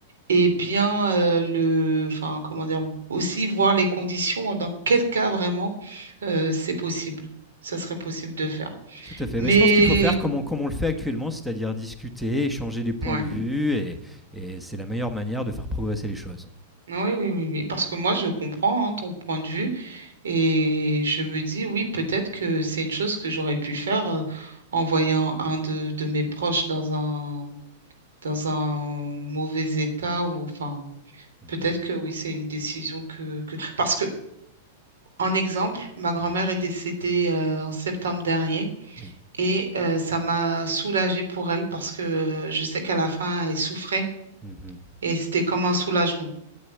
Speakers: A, on the right (about 85°); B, in the centre.
A: Et bien, euh, le, enfin, comment dire, aussi voir les conditions, hein, dans quel cas vraiment euh, c'est possible. Ça serait possible de faire.
B: Tout à fait.
A: Mais,
B: Mais je pense qu'il faut faire comme on, comme on le fait actuellement, c'est-à-dire discuter, échanger des points
A: ouais.
B: de vue, et, et c'est la meilleure manière de faire progresser les choses.
A: Oui, oui, oui, oui, parce que moi, je comprends hein, ton point de vue et je me dis, oui, peut-être que c'est une chose que j'aurais pu faire euh, en voyant un de, de mes proches dans un, dans un mauvais état ou enfin,
B: Mm.
A: peut-être que oui, c'est une décision que, que... Parce que, en exemple, ma grand-mère
B: Oui,
A: est décédée euh, en septembre dernier
B: oui.
A: et euh, ça m'a soulagée pour elle parce que euh, je sais qu'à la fin, elle souffrait
B: Mhm.
A: et c'était comme un soulagement.